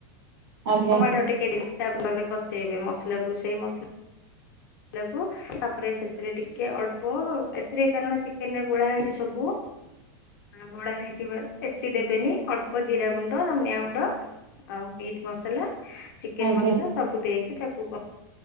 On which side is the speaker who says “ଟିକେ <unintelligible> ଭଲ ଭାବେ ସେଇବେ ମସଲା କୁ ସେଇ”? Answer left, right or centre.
Left